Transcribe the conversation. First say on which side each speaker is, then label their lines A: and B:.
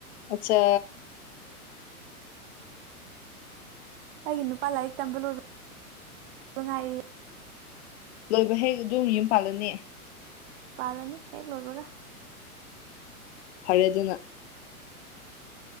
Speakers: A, on the left; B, on the right.
A: ꯑꯆꯥ
B: ꯎ <unintelligible> ꯑꯩꯒꯤ ꯅꯨꯄꯥ ꯂꯥꯏꯔꯤꯛ ꯇꯝꯕ ꯂꯣꯏꯕ ꯉꯥꯏꯔꯤ꯫
A: ꯂꯣꯏꯕ ꯍꯦꯛ ꯑꯗꯨꯝ ꯌꯨꯝ ꯄꯥꯜꯂꯅꯤ꯫
B: ꯄꯜꯂꯅꯤ ꯍꯦꯛ ꯂꯣꯏꯕꯒ꯫
A: ꯐꯔꯦ ꯑꯗꯨꯅ